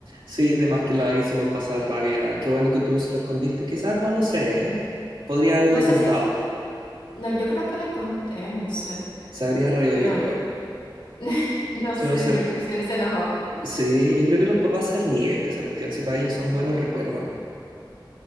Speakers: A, on the right; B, on the left.
A: Sí, de más que la hicimos pasar rabia. Qué bueno que tú se lo escondiste. Quizás no, no sé, ¿eh? Podría haberle
B: No
A: contado.
B: sé si, no, yo creo que le conté, no sé,
A: Se habría reído,
B: pero
A: yo creo.
B: <laughs> no
A: Si
B: sé,
A: uno se...
B: yo
A: ri-
B: creo que se hubiese enojado,
A: Sí, yo creo que los papás se ríen de esa cuestión. Si para ellos son buenos recuerdos, ¿no?